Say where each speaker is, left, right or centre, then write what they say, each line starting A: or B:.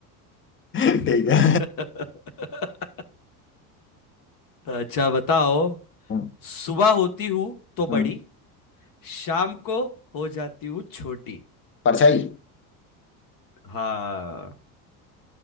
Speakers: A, on the left; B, on the left.
A: <laughs> ठीक
B: <laughs>
A: है
B: अच्छा बताओ
A: हम्म,
B: सुबह होती हूँ तो बड़ी
A: हम्म,
B: शाम को हो जाती हूँ छोटी
A: परछाई
B: हाँ